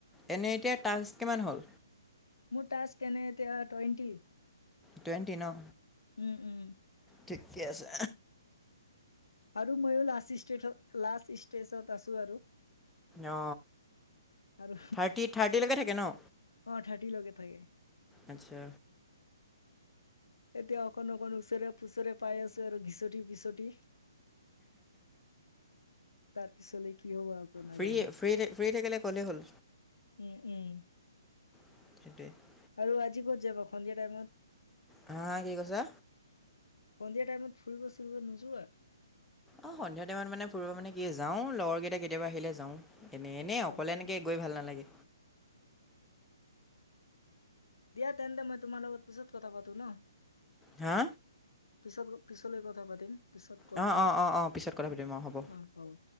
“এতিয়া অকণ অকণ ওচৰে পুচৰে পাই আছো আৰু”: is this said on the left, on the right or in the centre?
Left